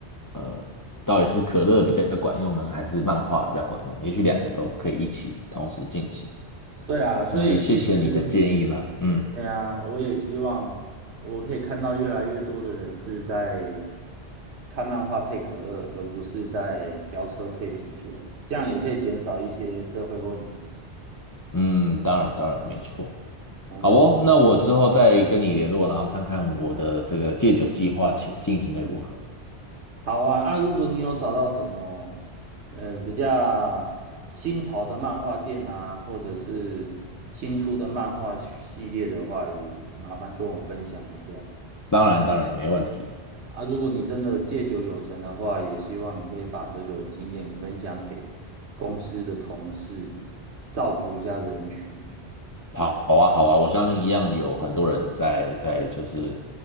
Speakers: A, on the left (about 25°); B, on the right (about 80°).
A: 呃，到底是可乐比较管用呢，还是漫画比较管用？也许两个都可以一起同时进行。
B: 对啊，所以其实，
A: 那就谢谢你的建议啦，嗯
B: 哎呀，我也希望我可以看到越来越多的人是在看漫画配可乐，而不是在飙车配啤酒，这样也可以减少一些社会问题。
A: 嗯，当然当然没错。
B: 我们
A: 好哦，那我之后再跟你联络，然后看看我的这个戒酒计划进进行的如何。
B: 好啊，啊，如果你有找到什么，呃，比较新潮的漫画店啊，或者是新出的漫画系列的话，也麻烦跟我分享一下。
A: 当然，当然没问题。
B: 啊，如果你真的戒酒有成的话，也希望你可以把这个经验分享给公司的同事，造福一下人群。
A: 好啊，好啊，我相信一样有很多人在在就是